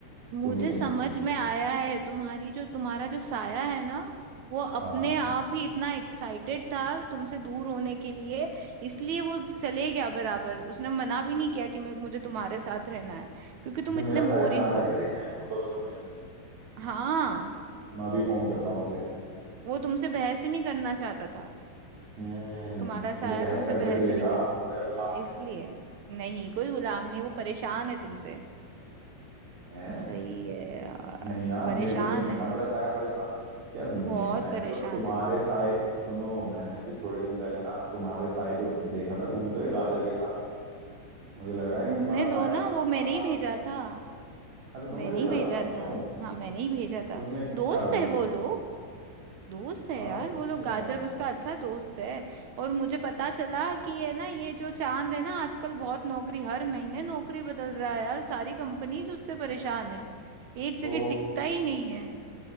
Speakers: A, on the right; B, on the right.
A: मुझे
B: तुम ही सुनो
A: समझ
B: उनकी दो
A: में आया है तुम्हारी जो तुम्हारा जो साया है ना वो अपने
B: हाँ
A: आप ही इतना एक्साइटेड था तुमसे दूर होने के लिए इसलिए वो चले गया बराबर उसने मना भी नहीं किया कि मैं मुझे तुम्हारे साथ रहना है क्योंकि तुम
B: अच्छा
A: इतने
B: मेरा साया
A: बोरिंग
B: जा रहा
A: हो
B: है क्या देखने मुर्दों का सम्मेलन
A: हाँ
B: मैं अभी फोन करता हूँ उसे
A: वो तुमसे बहस ही नहीं करना चाहता था
B: हम्म
A: तुम्हारा साया
B: वो बहस
A: तुमसे
B: कर
A: बहस
B: कैसे लेगा
A: ही नहीं कर
B: वो मेरा गुलाम
A: इसलिए
B: है
A: नहीं कोई गुलाम नहीं वो परेशान है तुमसे
B: हैं
A: सही है यार
B: नहीं यार
A: परेशान
B: मेरे को तो नहीं लगता
A: है
B: मेरा साया परेशान है यार मैं
A: बहुत
B: मैंने
A: परेशान
B: तो तुम्हारे
A: है
B: साय सुनो मैंने भी थोड़े दिन पहले ना तुम्हारे साय को देखा था घूमते हुए गाजर के साथ मुझे लग रहा है
A: घूमने
B: कि तुम्हारा साया
A: दो ना
B: ना
A: वो
B: तुम्हारे
A: मैंने
B: हाथ
A: ही भेजा
B: से निकल चुका
A: था
B: है अच्छा तुमने
A: मैंने
B: भेजा
A: ही भेजा
B: था क्यों
A: था हाँ मैंने ही भेजा था
B: तुमने क्या
A: दोस्त
B: करने
A: है
B: के
A: वो
B: लिए
A: लोग दोस्त है
B: भेजा
A: यार
B: अच्छा
A: वो लोग गाजर उसका अच्छा दोस्त है और मुझे पता चला कि ये ना ये जो चांद है ना आजकल बहुत नौकरी हर महीने नौकरी बदल रहा है यार सारी कंपनीज उससे परेशान है एक
B: ओ
A: जगह टिकता ही नहीं है